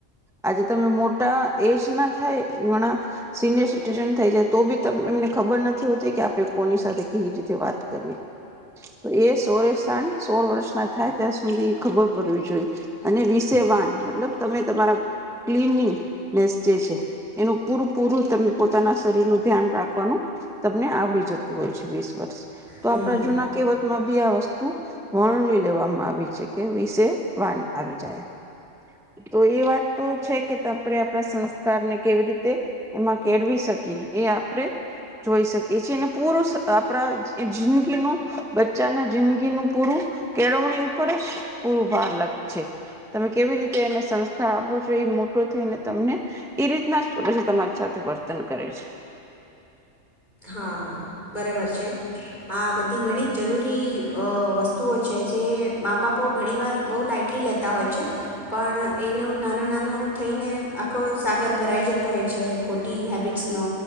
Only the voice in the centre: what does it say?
આજે તમે મોટા એજ ના ઘણા સિનિયર સિટીઝાન થાય જાય તો બી એમને ખબર નથી હોતી કે આપણે કોની સાથે કેવી રીતે વાત કરવી તો એ સોરેસાન સોળ વર્ષ ના થાય ત્યાં સુધી ખબર પડવી જોઈ અને વિષ વાન મતલબ તમે તમારા કક્લીનિંગનેસ જે છે. એનું પૂરું પૂરું તમે પોતાના શરીર નું ધ્યાન રાખવાનું તમને આવડી જતુ હોય છે વીસ વર્ષ તો
આપડા જૂના કહેવતમા- આ વસ્તુ વર્વી લેવામા આવી છે કે વિષે વાન આવી જાય તો એ વાત તો છે કે તમાણે આપણા સંસ્કારને કેવી રીતે એમા કેળવી શકીએ એ આપણે જોઈ શકીએ છીએ અને પૂરું આપણા જિંદગીનુ બચ્ચાના જિંદગીનુ પૂરું કેળવણી ઉપર જ પૂરું ભાર લગ છે તમે કેવી રીતે એને સંસ્કાર આપો છો એ મોટો થઈને તમને એ રીતના જ તમારી સાથે વર્તન કરે છે.